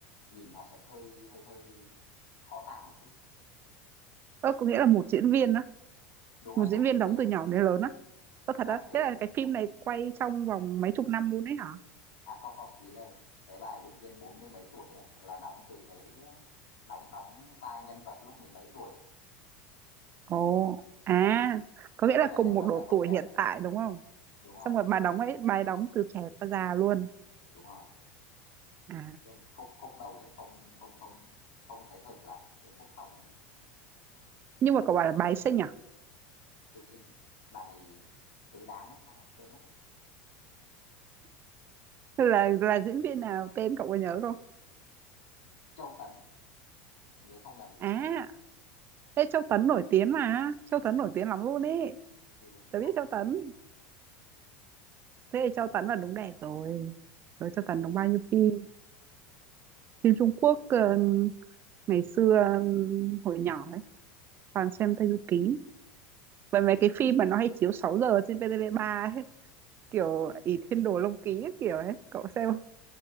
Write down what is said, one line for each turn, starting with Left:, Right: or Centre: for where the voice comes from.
Left: nhìn nó sẽ hơi hơi hơi khó tả một chút
Right: ờ ừ, có nghĩa là một diễn viên á
Left: đúng
Right: một
Left: rồi một
Right: diễn viên
Left: diễn
Right: đóng
Left: viên
Right: từ nhỏ đến lớn á Có thật
Left: đóng
Right: đó
Left: từ
Right: thế là cái phim này quay trong vòng mấy chục năm luôn đấy hả?
Left: à không không ý là cái bà diễn viên bốn mươi mấy tuổi á, là đóng từ cái đóng đóng vai nhân vật lúc mười mấy tuổi
Right: Ồ, À, có nghĩa
Left: tức
Right: là
Left: là
Right: cùng
Left: nhân
Right: một
Left: vật
Right: độ
Left: đang còn
Right: tuổi
Left: trẻ
Right: hiện tại đúng không?
Left: đúng rồi
Right: Xong rồi bà đóng ấy, bà ấy đóng từ trẻ qua già luôn.
Left: đúng rồi
Right: À,
Left: nên khúc khúc đầu sẽ không không không không thấy hợp lắm đến khúc sau mới hợp
Right: nhưng mà cậu bảo là bà ấy xinh à?
Left: tư sinh bà này tứ đán hay sao quên mất rồi
Right: Là là diễn viên nào tên cậu có nhớ không?
Left: Châu Tấn nhớ không nhầm thì là
Right: À,
Left: Châu Tấn
Right: thế Châu Tấn nổi tiếng mà, Châu Tấn nổi tiếng lắm luôn ấy.
Left: tôi đúng
Right: Tớ
Left: nổi
Right: biết Châu Tấn, thế thì Châu Tấn là đúng đẹp rồi. Rồi
Left: ừ.
Right: Châu Tấn đóng bao nhiêu phim? Phim Trung Quốc ờ, ngày xưa ờ, hồi nhỏ ấy, toàn xem Tây Du Ký. và mấy cái phim mà nó hay chiếu 6 giờ trên vtv ba ấy kiểu
Left: Ừ.
Right: ỷ thiên đồ long ký ấy, kiểu ấy cậu xem không?